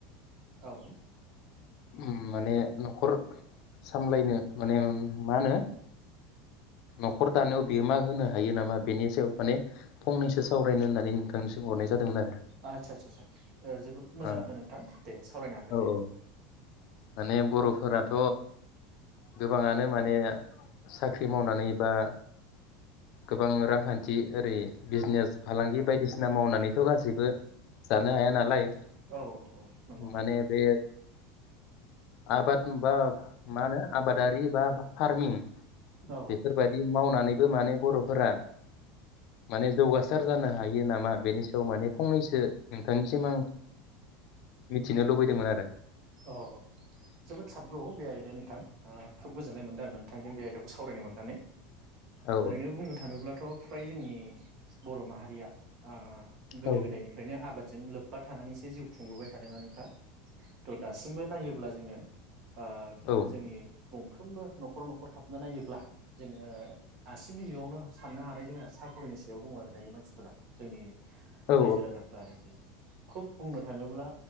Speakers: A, on the right; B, on the left.
A: औ
B: ओम माने नखर सामलायनो माने मा होनो नखर दानायाव बियो मा होनो हायो नामा बेनि सायाव माने फंनैसो सावरायनो होननानै नोंथांनिसिम हरनाय जादोंमोन आरो
A: आचाचासा चा जोबोद मोजाङानो
B: ओ
A: नोंथां दे सावरायनो हागोन
B: औ
A: दे
B: औ माने बरफोराथ गोबाङानो माने साख्रि मावनानै बा गोबां रांखान्थि ओरै बिजनेस फालांगि बायदिसिना मावनानैथ गासैबो जानो हाया नालाय
A: औ औ औ नंगौ नंगौ
B: माने बे आबाद बा मा होनो आबादारि बा फार्मिं
A: औ
B: बेफोरबायदि मावनानैबो माने बरफोरा माने जौगासार जानो हायो नामा बेनि सायाव माने फंनैसो नोंथांनिसिम आं मिथिनो लुबैदोंमोन आरो
A: अ जोबोद साबगौ बे आइदाया नोंथां ओ खोब गोजोननाय मोनदों आं नोंथांजों बे आयदाखौ सावरायनो मोन्नानै
B: औ
A: ओरैनो बुंनो थाङोब्लाथ फ्राय जोंनि बर माहारिया आ गोदो
B: औ
A: गोदायनिफ्रायनो आबाद जों लोब्बा थानानैसो जिउ खुंबोबाय था थादोंआनोखा थ दासिमबो नायोब्ला जोङो ओ
B: औ
A: जोंनि गंफ्रोमबो नख नखर नखर हाबनो नायोब्ला जोङो आसिम बिजगावनो साननो हानाय जोंहा साख्रिनि सायाव दङ आरो दायो मानसिफोरा जोंनि
B: औ
A: रायजो राजाफ्रा आरोखि खुब बुंनो थाङोब्ला